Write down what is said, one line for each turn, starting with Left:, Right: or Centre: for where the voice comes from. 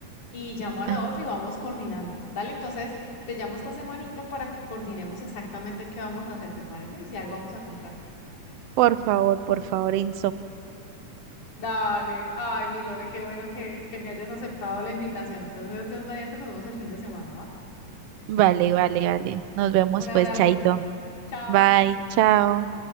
Left: y llamo a
Right: Ajá.
Left: la otra y vamos coordinando. Dale, entonces te llamo esta semanita para que coordinemos exactamente qué vamos a hacer, ¿te parece? Y si algo vamos a comprar.
Right: Por favor, por favor, in
Left: Dale, ay, mi Lore, qué bueno que, que me hayas aceptado la invitación. Entonces, Dios mediante, nos vemos el fin de semana, ¿va?
Right: Vale, vale, vale. Nos vemos
Left: Un abrazo,
Right: pues, Chaito.
Left: chao.
Right: Bye, chao.